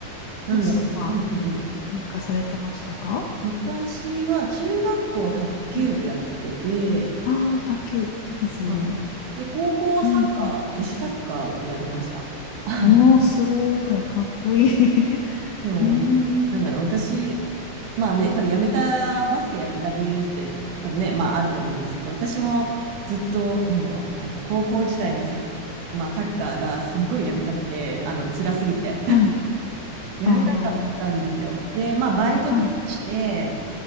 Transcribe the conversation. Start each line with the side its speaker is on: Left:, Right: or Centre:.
Left: サチさんは
Right: なんだろう。うんうんうん。
Left: 何かされてましたか
Right: 私は中学校は卓球部やってて、
Left: うんああー、卓球、いいですね。
Right: はい。で、高校はサッカー、
Left: うん。
Right: 女子サッカーをやりました。<laughs>
Left: おー、すごい。かっこいい。<laughs>
Right: でも、
Left: えー、
Right: なんだろう、私、まあね、多分やめた、バスケやめた理由って、多分ね、まああると思うんですけど、私もずっと、なんだろう、あの、高校時代のサッ、まあ、サッカーがすっごいやめたくて、あの、辛すぎて、<laughs>
Left: はい。
Right: やめたかったんですよ。
Left: あ
Right: で、まあ、バイトとかして、
Left: あ、はい。